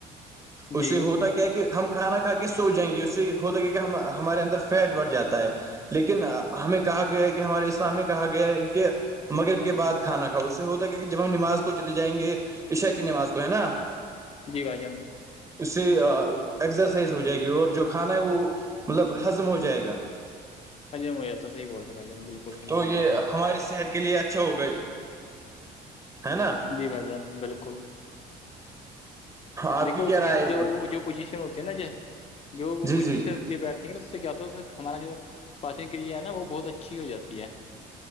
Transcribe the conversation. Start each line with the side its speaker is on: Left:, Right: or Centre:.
Right: اسے
Left: جی
Right: ہوتا کیا کہ ہم کھانا کھا کے سو جائیں گے اس سے ہوتا کی کہ ہمارے اندر فیٹ بڑھ جاتا ہے لیکن ہمیں کہا گیا ہے کہ ہمارے اسلام میں کہا گیا ہے کہ مغرب کے بعد کھانا کھؤ اس سے ہوتا ہے کیا کہ جب ہم نماز کو چلے جائیں گے پشا کی نماز کو ہے نا
Left: جی بھ جان
Right: اس سے ایکسرسائز ہو جائے گی اور جو کھانا ہے وہ مطلب ہضم ہو جائے گا
Left: ہاںی میں یہیا توحی بول رہا ہ بھائی بالکلحی
Right: تو
Left: فرماے
Right: یہ
Left: ہو
Right: ہماری صحت کے لیے اچھے ہو گئے ہے نا
Left: جی بھائی جان بالکل
Right: آپ
Left: دیکھو
Right: کی
Left: اس
Right: رائے
Left: کیا
Right: ہے
Left: جو
Right: بار
Left: جو پوزیشن ہوتے ہے نا ج جو وہ
Right: جی
Left: پوزیشن
Right: جی
Left: بیٹھیں گے تو اس سے کیاتا ہے ہمارا جو پارچنگ کریا ہے نا وہ بہت اچھی ہو جاتی ہے